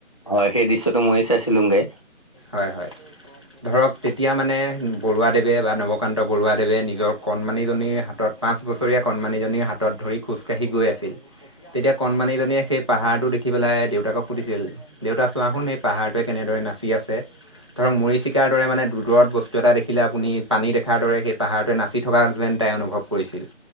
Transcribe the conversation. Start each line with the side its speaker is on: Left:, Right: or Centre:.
Left: হয়, সেই দৃশ্যটো মইও চাইছিলোগে।
Right: হয় হয়, ধৰক তেতিয়া মানে বৰুৱাদেৱে বা নৱকান্ত বৰুৱাদেৱে নিজৰ কণমানিজনীৰ হাতত পাঁচ বছৰীয়া কণমানিজনীৰ হাতত ধৰি খোজকাঢ়ি গৈ আছিল। তেতিয়া কণমানিজনীয়ে সেই পাহাৰটো দেখি পেলাই দেউতাকক সুধিছিল- দেউতা চোৱাচোন সেই পাহাৰটোৱে কেনেদৰে নাচি আছে। ধৰক মৰিচিকাৰ দৰে মানে দূ দূৰত বস্তু এটা দেখিলে আপুনি পানী দেখাৰ দৰে সেই পাহাৰ- নাচি থকা যেন তাই অনুভৱ কৰিছিল।